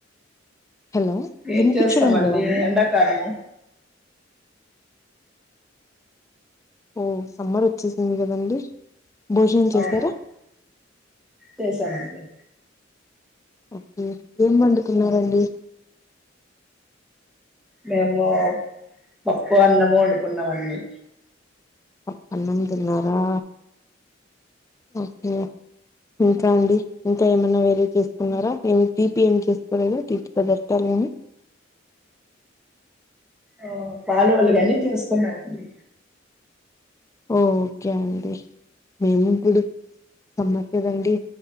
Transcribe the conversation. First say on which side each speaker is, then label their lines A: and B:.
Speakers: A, on the left; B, in the centre.
A: హలో
B: ఏం
A: వినిపించడం
B: చేస్తామండి,
A: లేదా అండి
B: ఎండాకాలము.
A: ఓ సమ్మర్ వచ్చేసింది కదండి. భోజనం చేస్తారా.
B: అవును చేసామండి.
A: ఓకే ఏం వండుకున్నారండి.
B: మేము పప్పు అన్నము వండుకున్నాము అండి.
A: పప్పన్నం తిన్నారా ఓకే ఇంకా అండి ఇంకా ఏమన్నా వేరే చేసుకున్నారా ఏమి తీపి ఏమి చేసుకోలేదు, తీపి పదార్థాలు ఏమి.
B: ఆ పాలువలు గానీ చేసుకున్నాం అండి.
A: ఓకే అండి మేము ఇప్పుడు సమ్మర్ కదండి